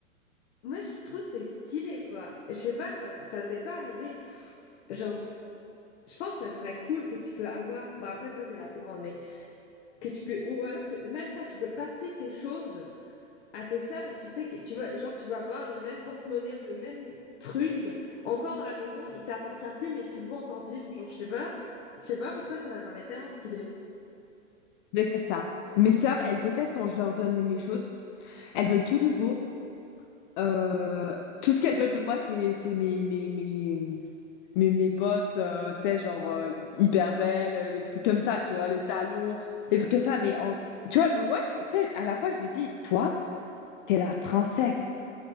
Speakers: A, on the left (about 55°); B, on the left (about 40°).
A: moi je trouve c'est stylé quoi je sais pas ça ça vous est pas arrivé genre je pense que ça devrait être cool que tu peux avoir bon après toi t'es la plus grande mais que tu peux ou alors que même ça tu peux passer tes choses à tes sœurs et tu sais que tu vas genre tu vas avoir le même porte-monnaie ou le même truc encore dans la maison il t'appartient plus mais tu le vois encore vivre genre je sais pas je sais pas pourquoi ça m'apparaît tellement stylé
B: déteste ça. Mes sœurs, elles détestent quand je leur donne mes choses. Elles veulent tout nouveau. Euh, tout ce qu'elles veulent de moi, c'est c'est mes, mes, mes, mes, mes bottes, euh, tu sais, genre euh, hyper belles, euh, les trucs comme ça, tu vois, les talons, les trucs comme ça. Mais en- tu vois, bah, moi, je- tu sais, à la fois, je me dis, toi, t'es la princesse.